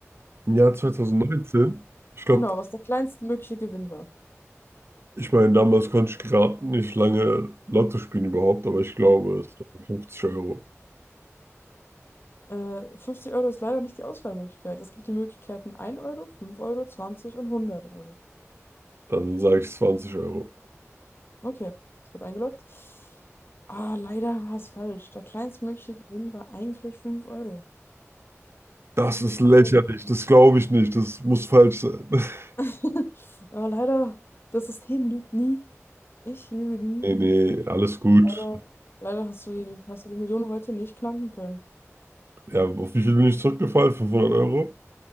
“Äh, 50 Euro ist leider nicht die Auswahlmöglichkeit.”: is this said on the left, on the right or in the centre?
Left